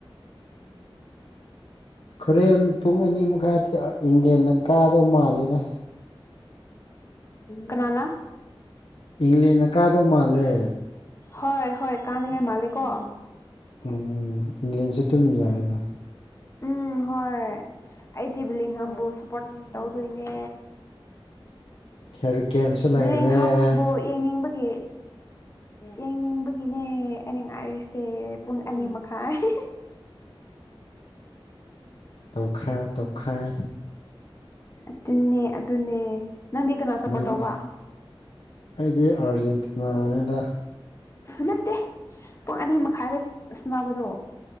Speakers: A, on the left; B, on the left.
A: ꯈꯨꯣꯔꯦꯟ ꯄꯨꯡ ꯑꯅꯤ ꯃꯈꯥꯏ ꯏꯪꯂꯦꯟꯅ ꯀꯥꯗꯧ ꯃꯥꯜꯂꯦꯗ
B: ꯀꯅꯥꯅꯥ
A: ꯏꯪꯂꯡꯂꯦꯟꯅ ꯀꯥꯗꯧ ꯃꯥꯜꯂꯦ
B: ꯍꯣꯏ ꯍꯣꯏ ꯀꯥꯅꯤꯡꯉꯥꯏ ꯃꯥꯂꯦꯀꯣ
A: ꯎꯝ ꯏꯪꯂꯪꯂꯦꯟꯁꯨ ꯑꯗꯨꯝ ꯌꯥꯏ ꯑꯗꯣ
B: ꯎꯝ ꯍꯣꯏ ꯑꯩꯗꯤ ꯕꯤꯂꯤꯡ ꯈꯕꯨ ꯁꯞꯄꯣꯔꯠ ꯇꯧꯗꯣꯏꯅꯦ
A: ꯍꯦꯔꯤꯀꯦꯟꯁꯨ
B: ꯕꯤꯂꯤꯡꯍꯝꯕꯨ
A: ꯂꯩꯔꯦ
B: ꯌꯦꯡꯅꯤꯡꯕꯒꯤ ꯌꯦꯡꯅꯤꯡꯕꯒꯤꯅꯦ ꯑꯩꯅ ꯉꯥꯏꯔꯤꯁꯦ ꯄꯨ ꯑꯅꯤꯂꯤꯌꯥ ꯃꯈ ꯃꯈꯥꯟ
A: ꯇꯧꯈꯥꯏꯥꯎ ꯇꯣꯈꯥꯏ
B: ꯑꯗꯨꯟꯅ ꯑꯗꯨꯅꯦ ꯅꯪꯗꯤ ꯀꯅꯥ ꯁꯞꯄꯣꯔꯠ
A: ꯅꯪ
B: ꯇꯧꯕ
A: ꯑꯩꯗꯤ ꯑꯥꯔꯖꯦꯟꯇꯤꯅꯥꯉꯗ
B: ꯅꯠꯇꯦ ꯄꯨꯡ ꯑꯅꯤ ꯃꯈꯥꯏꯗꯁꯕꯗꯣ